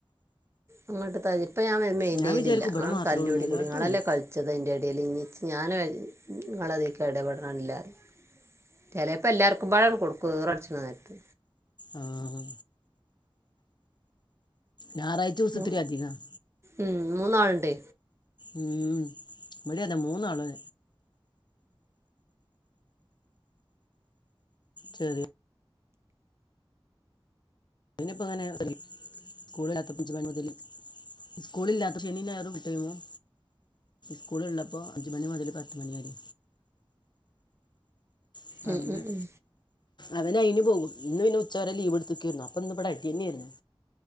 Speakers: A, on the right; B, on the left.
A: അങ്ങോട്ട് തല്ല് ഇപ്പ ഞാൻ വരെ മെയിൻറ
B: ഞാൻ
A: ചെയ്യലില്ല
B: വിചാരിക്കും ഇവിടെ
A: അങ്ങട്ട്
B: മാത്രമേ
A: തല്ലൂടികൂടി
B: ഉള്ളൂ എല്ലായിടത്തും
A: ങ്ങളല്ലെ
B: ഉണ്ട്
A: കളി ച്ചത് അതിന്റെ ഇടയിൽ ഇന്നി ഞാൻ ങ്ങളയ്ക്കെടപെടണില്ലറയും. ചെലേപ്പോ എല്ലാർക്കും പാടെ അങ്ങട്ട് കൊടുക്കും ഈറടിച്ച്ണ നേരത്ത്.
B: ആഹ് ഞായറാഴ്ചോസം
A: മൂ
B: ഇത്തിരി അധികാണ്.
A: ഉം മൂന്നാളുണ്ട്.
B: ഉം ഇവടിം അതെ മൂന്നാള്. ശരി പിന്നെപ്പങ്ങനെ <unintelligible> സ്കൂൾല്ലാത്തപ്പോ ജ്ജ് <unintelligible> സ്കൂളില്ലാത്ത ശനി ഞായറും കിട്ടോ ഒഴിവും സ്കൂള് ഉള്ളപ്പോ അഞ്ചുമണി മുതൽ പത്തുമണി വരെ അപ്പൊ
A: ഉം
B: അങ്ങനെണ്
A: ഉം ഉം
B: അവനയിന് പോകും ഇന്ന് പിന്നെ ഉച്ചവരെ ലീവ് എടുത്ത്ക്കേരുന്നു അപ്പൊ ഇന്ന് ഇവിടെ അടിയന്നെരുന്നു.